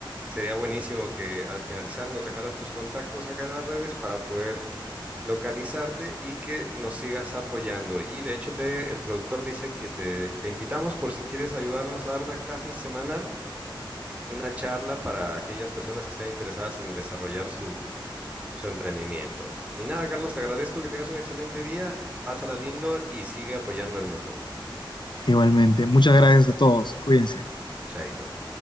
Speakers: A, on the right (about 15°); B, on the left (about 65°).
A: Sería buenísimo que al finalizar nos dejaras tus contactos acá en las redes para poder localizarte y que nos sigas apoyando. Y de hecho, te, el productor dice que te, te invitamos por si quieres ayudarnos a dar una clase semanal, una charla para aquellas personas que estén interesadas en desarrollar su su emprendimiento. Y nada, Carlos, te agradezco que tengas un excelente día, pásala lindo y sigue apoyando al mundo.
B: Igualmente, muchas gracias a todos, cuídense.
A: Chaito.